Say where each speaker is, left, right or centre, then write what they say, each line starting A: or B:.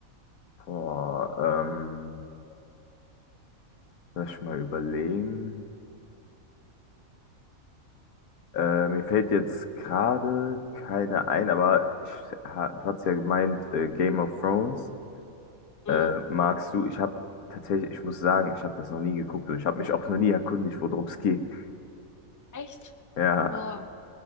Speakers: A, on the left; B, on the left.
A: Boah, ähm, lass ich mal überlegen. Äh, mir fällt jetzt gerade keine ein, aber ich, ha, du hast ja gemeint, äh, Game of Thrones
B: Mhm.
A: äh, magst du. Ich habe tatsächlich, ich muss sagen, ich habe das noch nie geguckt und ich habe mich auch noch nie erkundigt, worum es geht.
B: Echt?
A: Ja,
B: Boah,